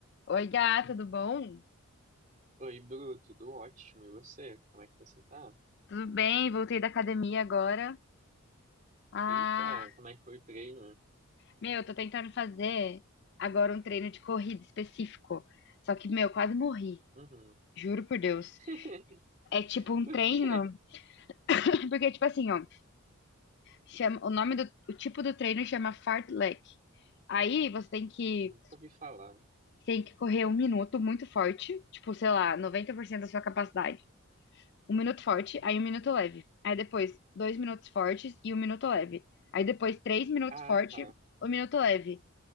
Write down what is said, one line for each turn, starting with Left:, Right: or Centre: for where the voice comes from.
Left: Oi, gata, tudo bom?
Right: Oi, Bru, tudo ótimo. E você? Como é que você tá?
Left: Tudo bem, voltei da academia agora. Ah,
Right: Eita, como é que foi o treino?
Left: meu, eu tô tentando fazer agora um treino de corrida específico. Só que, meu, quase morri.
Right: Uhum.
Left: Juro por Deus.
Right: <laughs>
Left: É tipo um
Right: Por
Left: treino,
Right: quê?
Left: <clears throat> porque tipo assim, ó, chama, o nome do o tipo do treino chama fartlek. Aí você tem que
Right: Nunca ouvi falar.
Left: tem que correr um minuto muito forte, tipo, sei lá, 90% da sua capacidade. um minuto forte, aí um minuto leve. Aí depois, dois minutos fortes e um minuto leve. Aí depois, três minutos
Right: Ah,
Left: forte,
Right: tá.
Left: um minuto leve.